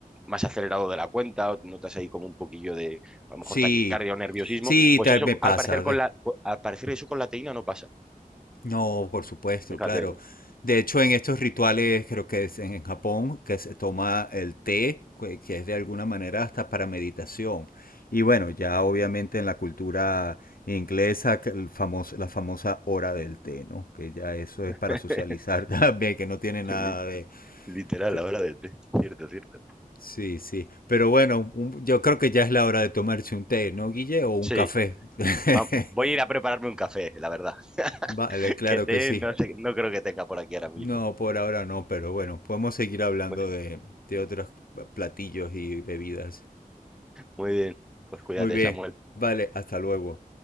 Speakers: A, in the centre; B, on the left.
A: más acelerado de la cuenta, o notas ahí como un poquillo de, a lo mejor,
B: sí,
A: taquicardia o nerviosismo,
B: sí,
A: pues
B: tal
A: eso,
B: me pasa.
A: al parecer, con la, co- al parecer eso con la teína no pasa.
B: No, por supuesto,
A: Fíjate,
B: claro.
A: ¿eh?
B: De hecho, en estos rituales, creo que es en en Japón, que se toma el té, que que es de alguna manera hasta para meditación. Y bueno, ya obviamente
A: No.
B: en la cultura inglesa, que el famoso, la famosa hora del té, ¿no? Que ya eso es para
A: <laughs>
B: socializar <laughs> también, que no tiene nada
A: Li-
B: de...
A: Literal,
B: de-
A: la hora del té. Cierto, cierto.
B: Sí, sí. Pero bueno, un- yo creo que ya es la hora de tomarse un té, ¿no, Guille? O un
A: Sí,
B: café. <laughs>
A: va- voy a ir a prepararme un café, la verdad.
B: Vale,
A: <laughs>
B: claro
A: Que té
B: que sí.
A: no sé, no creo que tenga por aquí ahora mismo.
B: No, por ahora no, pero bueno, podemos seguir hablando
A: Pues
B: de, de otros platillos y bebidas.
A: muy bien, pues cuídate,
B: Muy bien,
A: Samuel.
B: vale, hasta luego.